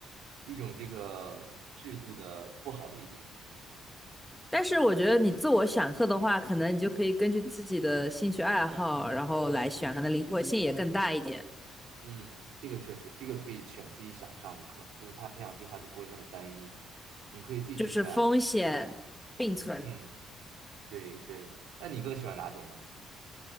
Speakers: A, on the right; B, in the centre.
A: 一种这个制度的不好的一点。
B: 但是我觉得你自我选课的话，可能你就可以根据自己的兴趣爱好，然后来选，可能灵活性也更大一点，
A: 嗯，这个确实，这个可以选自己想上的课，就是他培养计划就不会那么单一，你可以自己去选。
B: 就是风险并存。
A: 嗯，对对。那你更喜欢哪种呢？